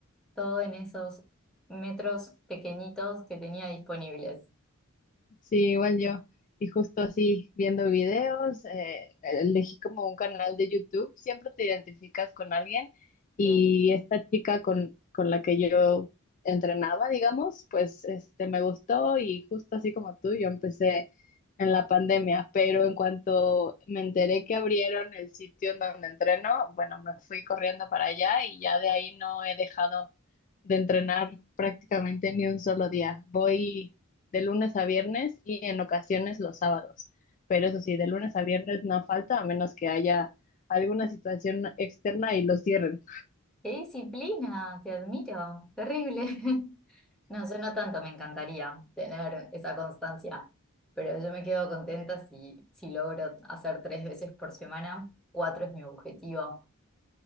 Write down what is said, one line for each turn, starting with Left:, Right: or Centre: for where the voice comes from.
Centre: todo en esos metros pequeñitos que tenía disponibles.
Left: Sí, igual yo. Y justo así, viendo videos, eh, elegí como un canal de YouTube, siempre te identificas con alguien y
Centre: Claro.
Left: esta chica con, con la que yo entrenaba, digamos, pues este, me gustó y justo así como tú, yo empecé en la pandemia, pero en cuanto me enteré que abrieron el sitio en donde entreno, bueno, me fui corriendo para allá y ya de ahí no he dejado de entrenar prácticamente ni un solo día. Voy de lunes a viernes y en ocasiones los sábados. Pero eso sí, de lunes a viernes no falta, a menos que haya alguna situación externa y los cierren.
Centre: ¡Qué disciplina! Te admiro. Terrible. <laughs> No, yo no tanto, me encantaría tener esa constancia, pero yo me quedo contenta si, si logro hacer tres veces por semana. Cuatro es mi objetivo.